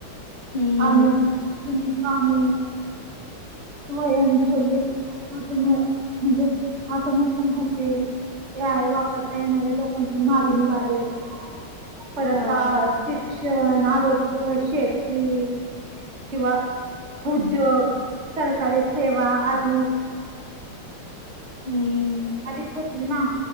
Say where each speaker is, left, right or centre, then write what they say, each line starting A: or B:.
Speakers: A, on the left; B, on the right.
A: हम्म
B: <inaudible> आणिनेनेिकने स्वयंचलित ऑटोम म्हणजे ऑटोमेशन होतील एआय वापरता येणाऱ्या लोकांची मागणी वाढेल पर
A: हा
B: आता शिक्षण आरोग्य शेती किंवा उद्योग सरकारी सेवा आधिक
A: हम्म
B: अधिक होतील ना